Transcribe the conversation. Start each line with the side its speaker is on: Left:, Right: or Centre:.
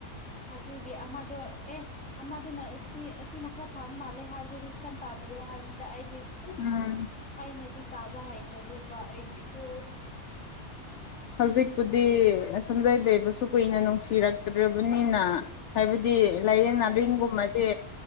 Centre: ꯑꯗꯨꯒꯤ ꯑꯃꯗꯣ ꯑꯦ ꯑꯃꯗꯨꯅ ꯁꯤ ꯑꯁꯤꯅ ꯈꯔ ꯐꯔꯝ ꯃꯥꯜꯂꯦ ꯍꯥꯏꯕꯗꯤ ꯁꯟ ꯇꯥꯕꯤꯌꯣ ꯍꯥꯏꯕꯅꯤꯗ ꯑꯩꯗꯤ
Left: ꯎꯝ
Centre: ꯑꯩꯅꯗꯤ ꯇꯥꯕꯥ ꯍꯥꯏꯇꯔꯦꯗꯤꯕꯥ ꯑꯩꯗꯤꯀꯣ
Left: ꯍꯧꯖꯤꯛꯄꯨꯗꯤ ꯁꯝꯖꯥꯏꯕꯩꯕꯁꯨ ꯀꯨꯏꯅꯥ ꯅꯨꯡꯁꯤꯔꯛꯇ꯭ꯔꯕꯅꯤꯅ ꯍꯥꯏꯕꯗꯤ ꯂꯥꯏꯌꯦꯡ
Centre: ꯍꯣꯏ
Left: ꯅꯥꯔꯤꯡꯒꯨꯝꯕꯗꯤ